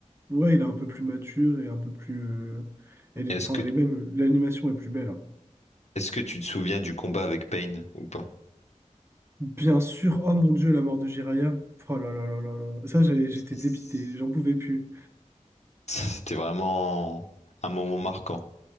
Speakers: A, on the right; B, on the left.
A: Ouais, il est un peu plus mature et un peu plus. euh, elle est,
B: Est-ce
A: enfin,
B: que,
A: elle est même. L'animation est plus belle. hein.
B: est-ce que tu te souviens du combat avec Pain ou pas?
A: Bien sûr, oh mon Dieu, la mort de Jiraya. Oh là là là là là. là. Ça, j'avais- j'étais
B: <laughs>
A: dépité,
B: Ça,
A: j'en pouvais plus.
B: ça, C'était vraiment un moment marquant.